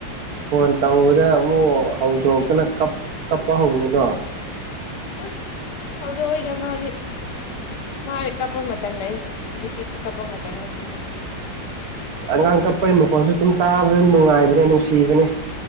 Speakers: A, on the right; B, on the left.
A: ꯐꯣꯟ ꯇꯧꯕꯗ ꯑꯃꯨꯛ ꯍꯧꯗꯣꯛꯇꯅ ꯀ ꯀꯞꯄ ꯍꯧꯅꯨꯀꯣ
B: ꯑ ꯍꯧꯗꯣꯛꯑꯣꯏꯗ ꯃꯥꯗꯤ ꯃꯥꯏ ꯀꯞꯄ ꯃꯇꯝ ꯑꯩ ꯍꯧꯖꯤꯛꯇꯤ ꯀꯞꯄ ꯃꯇꯝ ꯅꯠꯇꯦ ꯃꯥ
A: ꯑꯁ ꯍꯉꯥ ꯡ ꯀꯞꯄꯩ ꯃ ꯈꯣꯜꯁꯨ ꯑꯗꯨꯝ ꯇꯥꯕꯗ ꯅꯨꯡꯉꯥꯏꯕꯅꯦ ꯅꯨꯡꯁꯤꯕꯅꯦ